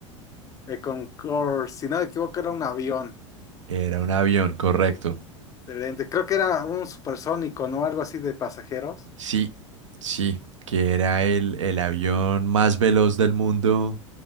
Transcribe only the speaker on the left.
El Concorde, si no me equivoco, era un avión.
Excelente. Creo que era un supersónico, ¿no? Algo así de pasajeros.